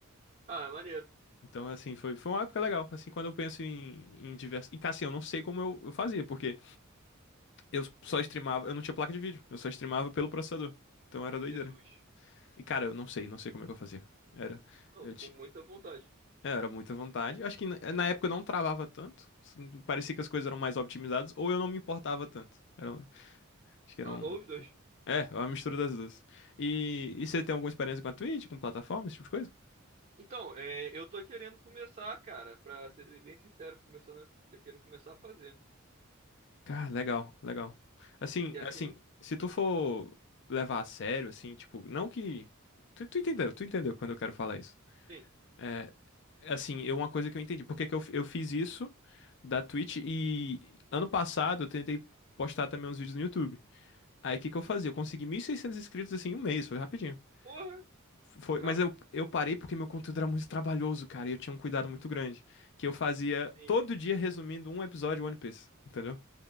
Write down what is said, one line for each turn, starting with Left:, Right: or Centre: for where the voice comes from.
Right: Ah, maneiro.
Left: Então, assim, foi, foi uma época legal. Assim, quando eu penso em, em diversas. E, cara, assim, eu não sei como eu, eu fazia, porque eu só streamava. Eu não tinha placa de vídeo, eu só streamava pelo processador. Então era doideira.
Right: Jesus.
Left: E, cara, eu não sei, não sei como é que eu fazia. Era.
Right: Não,
Left: Eu
Right: com muita vontade.
Left: É, Era muita vontade. Acho que na na época eu não travava tanto. S- Parecia que as coisas eram mais optimizadas, ou eu não me importava tanto. Era, um- acho que era
Right: Ah,
Left: um.
Right: ou os dois.
Left: É, uma mistura das duas. E, e você tem alguma experiência com a Twitch, com plataforma, esse tipo de coisa?
Right: Então, é, eu tô querendo começar, cara, pra ser bem sincero, tô começando, a- tô querendo começar a fazer.
Left: Cara, legal, legal. Assim,
Right: Que assim,
Left: assim, se tu for levar a sério, assim, tipo, não que. Tu, tu entendeu, tu entendeu quando eu quero falar isso.
Right: sim.
Left: É, assim, eu, uma coisa que eu entendi. Por que que eu, f- eu fiz isso da Twitch e ano passado eu tentei postar também uns vídeos no YouTube. Aí o que que eu fazia? Eu consegui 1.600 inscritos assim em um mês, foi rapidinho.
Right: Porra,
Left: Foi,
Right: brabo.
Left: mas eu, eu parei porque meu conteúdo era muito trabalhoso, cara, e eu tinha um cuidado muito grande. Que eu fazia
Right: Sim.
Left: todo dia resumindo um episódio de One Piece, entendeu?